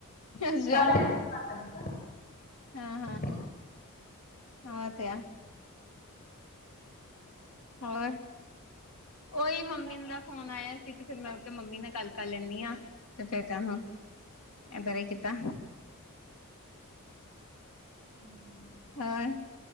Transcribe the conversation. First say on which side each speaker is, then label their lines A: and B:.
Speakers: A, on the left; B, on the left.
A: ਅੱਛਾ
B: ਬੰਦ ਕਰ ਏਸੀ ਬੰਦ ਕਰ ਬੇਟਾ।
A: ਹਾਂ ਹਾਂ, ਐ ਤੇ ਹੈ। ਹੋਰ? ਓਹੀ, ਮੰਮੀ ਦਾ ਫੋਨ ਆਇਆ ਸੀ ਤੇ ਫਿਰ ਮੈਂ ਕਿਹਾ, ਮੰਮੀ ਨਾਲ ਗੱਲ ਕਰ ਲੈਨੀ ਆ। ਤੇ ਚੇਤਨ ਨੂੰ, <unintelligible> ਨੀ ਕੀਤਾ।
B: <inaudible>
A: ਹੋਰ